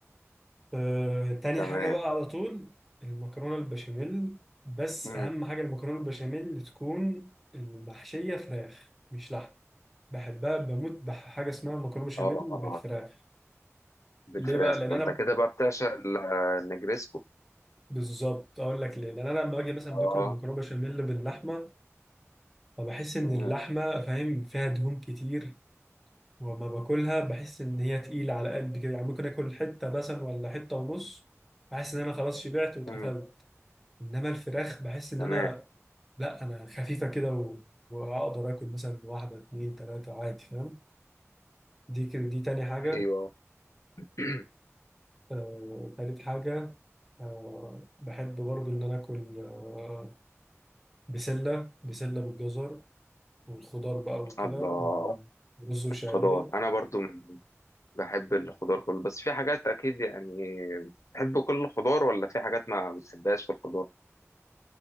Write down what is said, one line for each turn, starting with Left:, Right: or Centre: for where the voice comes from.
Centre: آه تاني
Left: تمام
Centre: حاجه بقى على طول المكرونه البشاميل بس
Left: مم.
Centre: اهم حاجه المكرونه البشاميل تكون المحشيه فراخ مش لحم بحبها بموت بحاجه اسمها مكرونه بشاميل
Left: اه
Centre: بالفراخ
Left: اه بالفراخ
Centre: ليه بقى لان
Left: ما
Centre: انا
Left: أنت كده بقى بتعشق ال- آه، النجريسكو
Centre: بالظبط اقول لك ليه لان انا لما باجي مثلا
Left: اه
Centre: باكل المكرونه بشاميل باللحمه فبحس إن
Left: مم.
Centre: اللحمة فاهم فيها دهون كتير وما باكلها بحس إن هي تقيلة على قلبي كده يعني ممكن آكل حتة مثلا ولا حتة ونص بحس إن أنا خلاص شبعت واتقفلت
Left: مم.
Centre: إنما الفراخ بحس إن
Left: تمام
Centre: أنا لأ أنا خفيفة كده و... وأقدر آكل مثلا واحدة اتنين تلاتة عادي فاهم دي كده دي تاني حاجة
Left: أيوه <clears throat>
Centre: آه... تالت حاجة آه... بحب برضو إن أنا آكل آه... بسلة بسلة بالجزر والخضار بقى وكده
Left: الله
Centre: ورز وشعرية
Left: خضار أنا برضو بحب الخضار كله بس في حاجات أكيد يعني بتحب كل الخضار ولا في حاجات ما بتحبهاش في الخضار؟